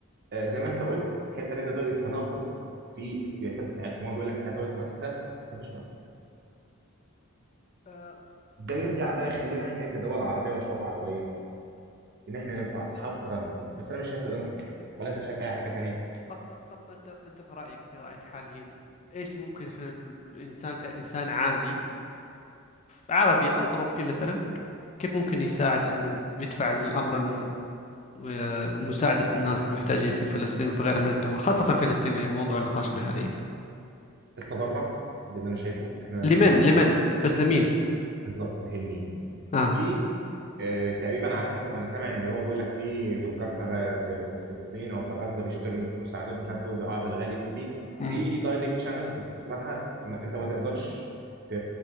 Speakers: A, on the right; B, on the left.
A: آه، زي ما انت قلت الحته اللي انت بتقول التناقض في السياسات بتاعتهم هو بيقول لك احنا دوله مؤسسات بس مفيش مؤسسات
B: آه،
A: ده يرجع بقى يخلينا احنا ايه كدول عربيه وشعوب عربيه ان احنا نبقى اصحاب كرامه بس انا مش شايف ان ده ممكن يحصل ولا انت شايف اي حاجه تانية
B: طب طب انت انت في رايك في رايك حاليا ايش ممكن احنا الانسان كانسان عادي عربي أو أوروبي مثلا كيف ممكن يساعد أنه يدفع للأمر أنه آه، مساعدة الناس المحتاجين في فلسطين وفي غيرها من الدول خاصة فلسطين اللي هو موضوع نقاشنا حاليا
A: التبرع ده اللي انا شايفه ان احنا
B: لمن
A: نتبرع
B: لمن بس لمين
A: بالظبط ما هي لمين
B: آه
A: في آه، تقريبا على حسب ما انا سامع ان هو بيقول لك في تجار في غ- في في فلسطين او في غزه بيشتروا المساعدات مش عارف ايه وبيبيعوها بالغالي ففي
B: مم.
A: في دايركت شانلز بس بصراحه ما انت ما تقدرش ت...